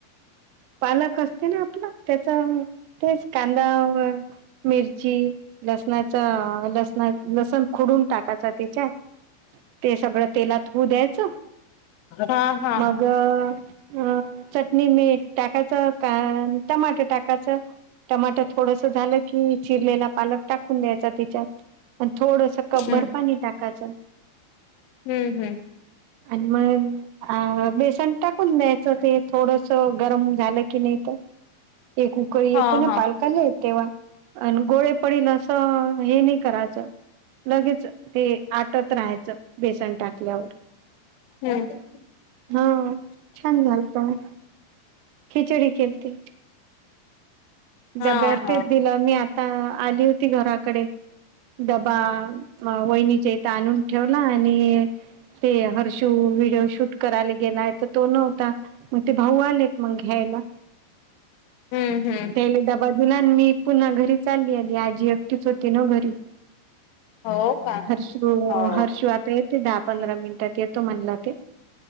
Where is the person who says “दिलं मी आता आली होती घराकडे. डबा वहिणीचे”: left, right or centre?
Right